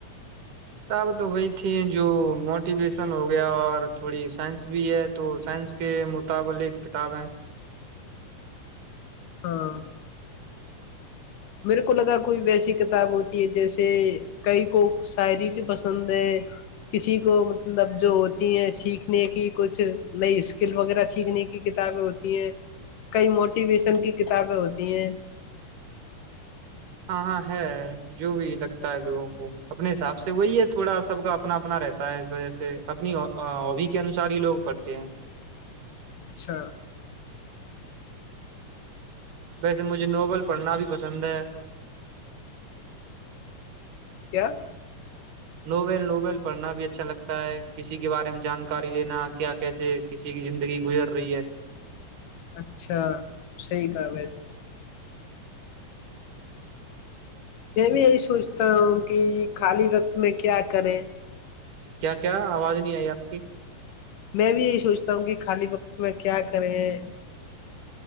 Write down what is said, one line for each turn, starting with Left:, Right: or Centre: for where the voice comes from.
Right: کتابیں تو وہی تھی جو موٹیویشن ہو گیا اور تھوڑی سائنس بھی ہے تو سائنس کے متابلق کتاب ہے
Left: ہاں میرے کو لگا کوئی ویسی کتاب ہوتی ہے جیسے کئی کو شاعری کی پسند ہے کسی کو مطلب جو ہوتی ہیں سیکھنے کی کچھ نئی اسکل وغیرہ سیکھنے کی کتابیں ہوتی ہیں کئی موٹیویشن کی کتابیں ہوتی ہیں
Right: ہاں ہاں ہے جو بھی لگتا ہے لوگوں کو اپنے حساب سے وہی ہے تھوڑا سب کا اپنا اپنا رہتا ہے اس وجہ سے اپنی ہوبی کے انوسار ہی لوگ پڑھتے ہیں
Left: اچھا
Right: ویسے مجھے ناول پڑھنا بھی پسند ہے
Left: کیا
Right: ناول ناول پڑھنا بھی اچھا لگتا ہے ہے کسی کے بارے میں جان کر جکاری لینا کیا کیسے کسی کی زندگی گزر رہی ہے
Left: اچھا صحی کہا ویسے میں بھی یہی سوچتا ہوں کہ خالی وقت میں کیا کریں
Right: کیا کیا آواز نہیں آئی آپ کی
Left: میں بھی یہی سوچتا ہوں کہ خالی وقت میں کیا کریں